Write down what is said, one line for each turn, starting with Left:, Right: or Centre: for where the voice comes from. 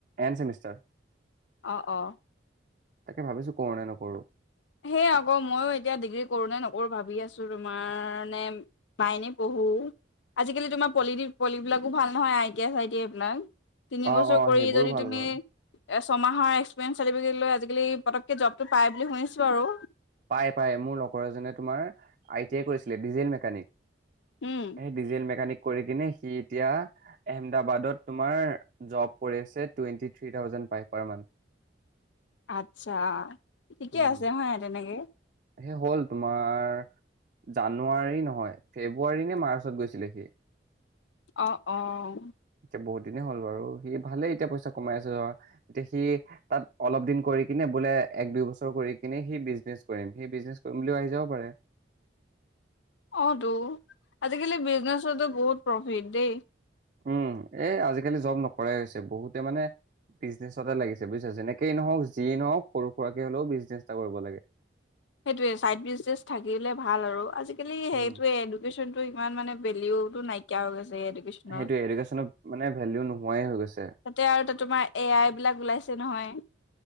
Right: এন চেমিষ্টাৰ
Left: অ অ
Right: তাকে ভাবিছো কৰোঁ নে নকৰোঁ
Left: সে আকৌ ময়ো এতিয়া ডিগ্ৰী কৰো নে নকৰো ভাবি আছো তোমাৰ নে লাইনে পঢ়ো, আজিকালি তোমাৰ পলি পলিবিলাকো ভাল নহয় আই টি আই চাইটিআই বিলাক তিনি
Right: অ
Left: বছৰ
Right: অ
Left: কৰি
Right: সেইবোৰো
Left: যদি
Right: ভাল
Left: তুমি
Right: বাৰু
Left: ছমাহৰ এক্সপিৰিয়েঞ্চ চাৰটিফিকেট লৈ আজিকালি পতককে জবটো পাই বুলি শুনিছো আৰু
Right: পাই পাই মোৰ লগৰ এজনে তোমাৰ আই টি আই কৰিছিলে ডিজেল মেকানিক
Left: উম
Right: সে ডিজেল মেকানিক কৰি কিনে সি এতিয়া আহমেদাবাদত তোমাৰ জব কৰি আছে টুৱেণ্টি থ্ৰী থাউজেন্দ পাই পাৰ মান্থ
Left: আচ্ছা ঠিকে
Right: উম
Left: আছে হয় নাই তেনেকে
Right: সেই হ'ল তোমাৰ জানুৱাৰী নহয় ফেব্ৰুৱাৰী নে মাৰ্চত গৈছিলে সি
Left: অঁ অঁ
Right: এতিয়া বহুত দিনেই হ'ল বাৰু সি ভালেই এতিয়া পইচা কমাই আছে ধ এতিয়া সি তাত অলপ দিন কৰি কিনে বোলে এক দুই বছৰ কৰি কিনি সি বিজনেছ কৰিম, সি বিজনেছ কৰিম বুলি আহি যাবও পাৰে
Left: অ তো আজিকালি বিজনেছতো বহুত প্ৰফিট দেই
Right: উম এ আজিকালি জব নকৰাই হৈছে বহুতে মানে বিজনেছতে লাগিছে বুজিছা, যেনেকেই নহওক যিয়েই নহওক সৰু সুৰাকে হলেও বিজনেছ এটা কৰিব লাগে
Left: সেইটোৱে চাইড বিজনেছ থাকিলে ভাল আৰু আজি কালি
Right: উম,
Left: সেইটোৱে এডুকেশ্বন ইমান মানে ভেলিওটো নাইকিয়া হৈ গৈছে এডোকেচনৰ,
Right: সেইটোয়ে এডুকেশ্যনত মানে ভেলিউ নোহোৱাই হৈ গৈছে।
Left: তাতে আৰু তোমাৰ এ আই বিলাক ওলাইছে নহয়